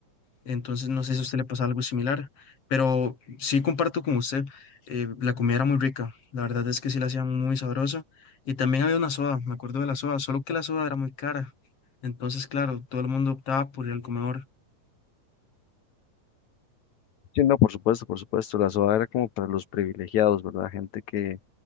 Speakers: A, on the left; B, on the left.
A: Entonces, no sé si a usted le pasa algo similar, pero sí comparto con usted, eh, la comida era muy rica, la verdad es que sí la hacían muy sabrosa. Y también había una soda, me acuerdo de la soda, solo que la soda era muy cara. Entonces, claro, todo el mundo optaba por ir al comedor.
B: Sí, no, por supuesto, por supuesto. La soda era como para los privilegiados, ¿verdad? Gente que